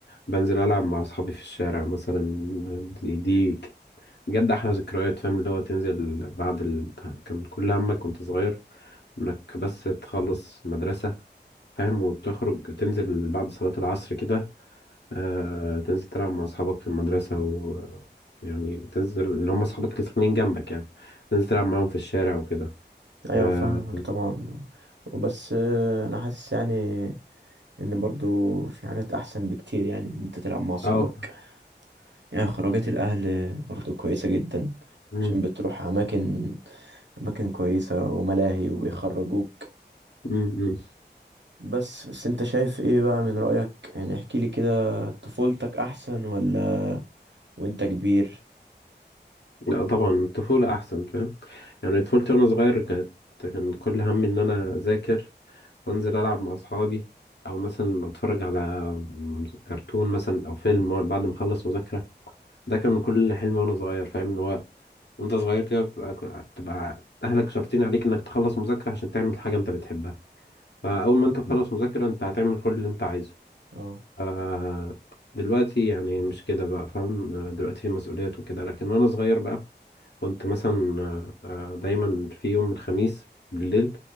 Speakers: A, on the left (about 70°); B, on the right (about 80°).
A: بنزل ألعب مع أصحابي في الشارع مثلا دي دي جد أحلى ذكريات فاهم اللي هو تنزل بعد ال... كان كل همك كنت صغير انك بس تخلص مدرسة فاهم وتخرج تنزل بعد صلاة العصر كده آه تنزل تلعب مع أصحابك في المدرسة و يعني تنزل اللي هم أصحابك اللي ساكنين جنبك يعني تنزل تلعب معاهم في الشارع وكده
B: ايوه
A: اه
B: فاهمك طبعا بس انا حاسس يعني ان برضو في حاجات احسن بكتير يعني ان انت تلعب مع اصحابك
A: آه،
B: يعني خروجات الاهل برضو كويسة جدا
A: مم،
B: عشان بتروح اماكن اماكن كويسة وملاهي ويخرجوك
A: مم، مم.
B: بس بس انت شايف ايه بقى من رأيك يعني احكي لي كده طفولتك احسن ولا وانت كبير
A: لا طبعا الطفولة أحسن فاهم يعني طفولتي وأنا صغير كانت كان كل همي إن أنا أذاكر وأنزل ألعب مع أصحابي أو مثلا أتفرج على كرتون مثلا أو فيلم بعد ما أخلص مذاكرة ده كان كل حلمي وانا صغير فاهم اللي هو وانت صغير كده بتبقى بتبقى اهلك شرطين عليك انك تخلص مذاكرة عشان تعمل حاجة انت بتحبها فاول ما انت تخلص مذاكرة انت هتعمل كل اللي انت عايزه
B: اه
A: آه دلوقتي يعني مش كده بقى فاهم دلوقتي في مسؤوليات وكده لكن وانا صغير بقى كنت مثلا آه، دايما في يوم الخميس بالليل